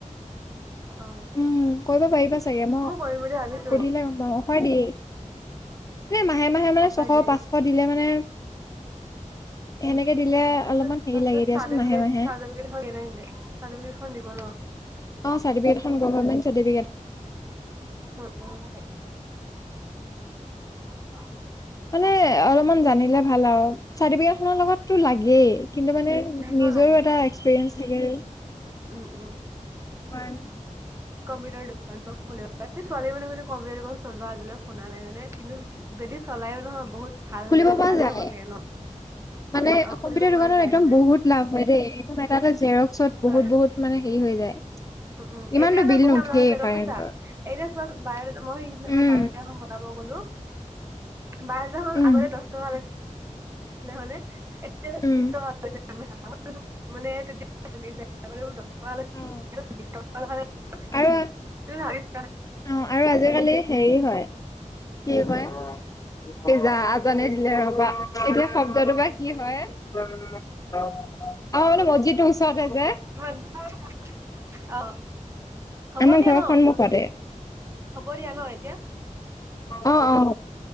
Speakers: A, on the right; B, on the left.
A: অ
B: উম, কৰিব পাৰিবা চাগে মই
A: কৰিম বুলি ভাবিছো
B: সুধিলে গ'ম পাম। কৈয় দিয়ে। এনে মাহে মাহে মানে
A: অফাৰ
B: ছশ
A: দিয়ে
B: পাঁচশ
A: ন
B: দিলে মানে সেনেকে
A: উম,
B: দিলে
A: তাৰপিছত
B: অলপমান হেৰি
A: তাৰপিছত
B: লাগে দিয়াচোন
A: চাৰ্টিফিকেত
B: মাহে মাহে
A: চাৰ্টিফিকেতখন দিয়ে না নিদিয়ে? চাৰ্টিফিকেতখন দিব ন?
B: অ চাৰ্টিফিকেতখন গভৰ্মেন্ত চাৰ্টিফিকেত।
A: উম উম। <inaudible>
B: মানে অলপমান জানিলে ভাল আৰু চাৰ্টিফিকেট খনৰ লগতো লাগেই কিন্তু মানে
A: সেইখন
B: নিজৰো
A: লাগে
B: এটা এক্সপিৰিয়েঞ্চ থাকে।
A: উম উম।
B: <inaudible>
A: কম্পিউটাৰ দোকান <inaudible> ছোৱালী মানুহ কিন্তু কম্পিউটাৰ দোকান চলোৱা আজিলৈ শুনা নাই মানে কিন্তু যদি চলায়ো নহয় বহুত ভাল
B: খুলিব
A: মানে,
B: পৰা
A: ভালেই
B: যায়
A: হ'ব চাগে ন?
B: মানে
A: অ খুলিব
B: কম্পিউটাৰ
A: পৰা
B: দোকানত
A: যায়
B: একদম
A: হয়নে
B: বহুত লাভ হয় দেই, একদম এটা এটা জেৰক্সত
A: হয়
B: বহুত বহুত মানে হেৰি হৈ যায়
A: উম উম
B: ইমানতো
A: এতিয়া যে
B: বিল
A: বহুত
B: নুঠেই
A: মানহ হৈছে গম
B: কাৰেণ্টৰ
A: পাইছা এতিয়া চোৱা বায় মই সেইদিনাখন
B: উম
A: বায় ডাটা এখন বনাব গলো বায় ডাটাখন
B: উম
A: আগতে দছ টকা লৈছিলে হয়নে? এতিয়া
B: উম
A: বিশ টকা <unintelligible> মানে <unintelligible> <unintelligible>
B: অ আৰু অ আৰু আজিকালি হেৰি হয় কি হয় <unintelligible> ৰবা এতিয়া শব্দটো বা কি হয়, অ মানে মছ্জিটো ওচৰতে যে।
A: <unintelligible> অ হ'ব
B: আমাৰ
A: দিয়া
B: ঘৰৰ
A: ন?
B: সন্মুখতে
A: হ'ব দিয়া ন এতিয়া?
B: অ অ